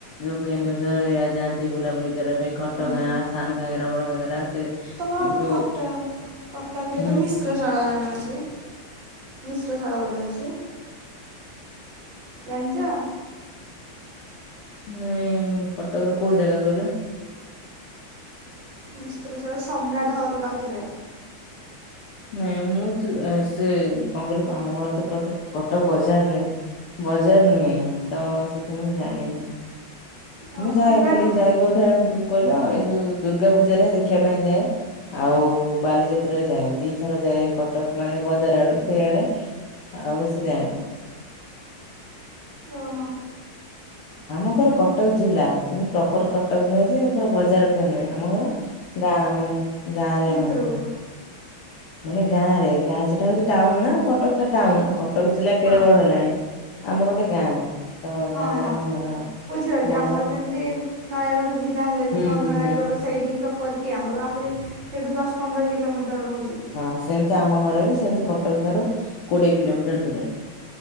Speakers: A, on the left; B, on the right.
A: ଯୋଉ କେନ୍ଦୁଝର ଏରିଆ ଯାଆନ୍ତି ବୁଲାବୁଲି କରିବା ପାଇଁ ଘଟ
B: ହୁଁ
A: ଗାଁ ସାନ ଘାଗରା ବଡ଼ ଘାଗରା ସେ
B: ତମର
A: ଯୋଉ
B: କଟ କଟକରେ
A: ହୁଁ
B: ତ ମିଶ୍ ଶ୍ରଶଳା ଜଣେ ଅଛି ମିଶ୍ରଶାଳା ଗୋଟେ ଅଛି। ଜାଣିଚ?
A: ନାଇଁ କଟକ ର କୋଉ ଜାଗା କହିଲ?
B: ମିଶ୍ରଶାଳା ସମ୍ରାଟ ହଲ୍ ପାଖେରେ।
A: ନାଇଁ ମୁଁ ତ ଆ ସେ କଣ କହିଲ ଆମ ଘର ତ କଟକ କଟକ ବଜାରରେ ହିଁ। ବଜାର ନୁହେଁ ତ ସେଥିପାଇଁ ମୁଁ ଜାଣିନି।
B: ଓ
A: ମୁଁ ଯାଏ
B: ସମ୍ରାଟ
A: ଖାଲି ଯାଏ କୋଉଥାଏ ଉଁ ଉଁ କହିଲ ଏଇ ଯୋଉ ଦୁର୍ଗା ପୂଜା ଟା ଦେଖିବା ପାଇଁ ଯାଏ। ଆଉ ବାଲିଯାତ୍ରାରେ ଯାଏ ଦିଥର ଯାଏ କଟକ ମାନେ ବଜାର ଆଡ଼ ସେଇଆଡ଼େ। ଆଉ ବେଶୀ ଯାଏନି।
B: ଓହୋ।
A: ଆମ ଘର କଟକ ଜିଲ୍ଳା କିନ୍ତୁ ପ୍ରପର କଟକ ନୁହେଁ ଯେ ପୁରା ବଜାର <unintelligible> ନୁହେଁ ଆମ ଘର ଗାଁ ମାନେ ଗାଁରେ
B: ଭିତରକୁ
A: ଆମ <unintelligible> ମାନେ ଗାଁ ରେ ଗାଁ ସେଟା ହଉଛି ଟାଉନ ନା କଟକ ଟା ଟାଉନ ଆ କଟକ ଜିଲ୍ଲା କେଡ଼େ
B: ହଁ
A: ବଡ଼ ହେଲାଣି। ଆମର ଗୋଟେ ଗାଁ। ତ
B: ହଁ
A: ଗାଁରେ
B: ହଁ
A: ଆମ ଘର
B: ବୁଝିପାରୁଛି
A: ବଜାର
B: ଆମର ଯେମିତି ନୟାଗଡ଼ ଜିଲ୍ଲା ହେଲେ
A: ହୁଁ
B: ବି କଣ
A: ହୁଁ
B: ନୟାଗଡ଼
A: ହୁଁ
B: ସ୍ ସେଇଠି ପ୍ରପର କି ଆମର ଆହୁରି ସେଇଠୁ ଦଶ ପନ୍ଦର କିଲୋମିଟର ରହୁଛି।
A: ହଁ ସେମିତି ଆମ ଘର ବି ସେମିତି କଟକ ଠାରୁ କୋଡ଼ିଏ କିଲୋମିଟର ଦୂରରେ।